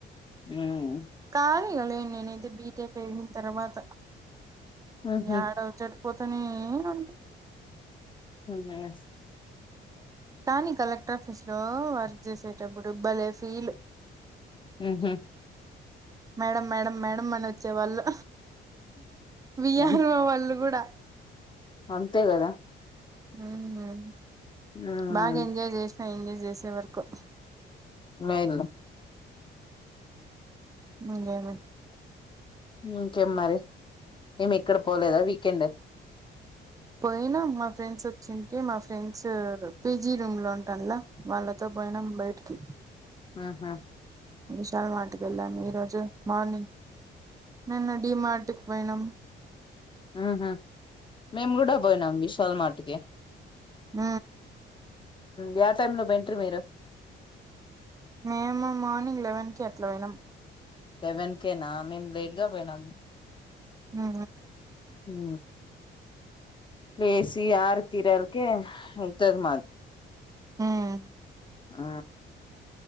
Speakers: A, on the left; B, on the right.
A: ఊమ్
B: కాదిగ నె నేనైతే బీటెక్ అయిన్తర్వాత,
A: ఉహు
B: యాడ వచ్చేది ప్ తననీ <unintelligible>
A: లేస్
B: కాానీ కలెక్టర్ ఆఫీస్ లో వర్క్ చేసేటప్పుడుబ్ బలే ఫీల్
A: హ్మ్మ్
B: మేడం మేడం మేడం అని వచ్చే వాళ్ళు
A: ఉమ్,
B: విఆర్ఓ వాళ్ళు కూడా
A: అంతే కదా
B: హ్మ్మ్
A: ఉమ్,
B: బాగా ఎంజాయ్ చేసినా ఎంజా చేసేవర్కు
A: మేల్
B: అ లేేమ
A: ఇంకేం మరి మేమి ఎక్కడ పోలేదా వీకెండ్
B: పోయినాం మా ఫ్రెండ్స్ వచ్చింటే మా ఫ్రెండ్స్ పీజీ రూమ్ లో ఉంటాలా వాళ్ళతో పోయినాం బయటికి
A: ఆహా
B: విశాల్ మార్ట్ కి వెళ్ళాము ఈ రోజు మార్నింగ్ నిన్న డీమార్ట్ కి పోయినా
A: ఉహ మేము కూడా పోయినాం విశల్ మార్ట్ కి
B: ఆ
A: యా టైమ్ లో పోయిండ్రు మీరు
B: మేము మార్నింగ్ లెవెన్ కి ఎట్లా పోనాం
A: సెవెన్ కేేనా మేము లేట్ గా పోయినాము
B: ఆ
A: హ లేేసి ఆారు తీరాలకే నత మాది
B: హ్మ్మ్
A: ఆ